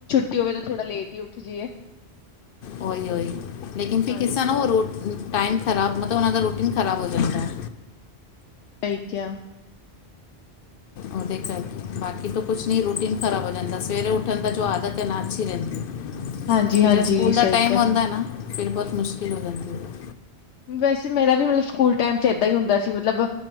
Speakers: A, on the left (about 85°); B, on the left (about 60°).
A: ਕਿ ਹੋਵੇ ਜੇ ਥੋੜਾ ਲੇਟ ਹੀ ਉੱਠ ਜੀਏ।
B: ਓਹੀ ਹੋਈ ਲੇਕਿਨ ਫਿਰ
A: ਹਾਂ,
B: ਕਿੱਸਾ ਨਾ ਹੋਰ ਰੋ ਟਾਈਮ ਖ਼ਰਾਬ ਮਤਲਬ ਉਹਨਾਂ ਦਾ ਰੂਟੀਨ ਖ਼ਰਾਬ ਹੋ ਜਾਂਦਾ ਹੈ।
A: ਸਹੀ ਕਿਹਾ।
B: ਉਹਦੇ ਕਰਕੇ ਬਾਕੀ ਤੋਂ ਕੁਛ ਨਹੀਂ ਰੂਟੀਨ ਖਰਾਬ ਹੋ ਜਾਣ ਤਾਂ ਸਵੇਰੇ ਉਠਣ ਦਾ ਜੋ ਆਦਤ ਹੈ ਨਾ ਅੱਛੀ ਰਹਿੰਦੀ
A: ਹਾਂਜੀ-ਹਾਂਜੀ
B: ਫ ਜਦ ਸਕੂਲ ਦਾ
A: ਸਹੀ
B: ਟਾਈਮ
A: ਕਿਹਾ।
B: ਆਉਂਦਾ ਨਾ ਫਿਰ ਬਹੁਤ ਮੁਸ਼ਕਿਲ ਹੋ ਜਾਂਦੀ ਹੈ।
A: ਵੈਸੇ ਮੇਰਾ ਵੀ ਮਤਲਬ ਸਕੂਲ ਟਾਈਮ ਚ ਏਦਾਂ ਹੀ ਹੁੰਦਾ ਸੀ ਮਤਲਬ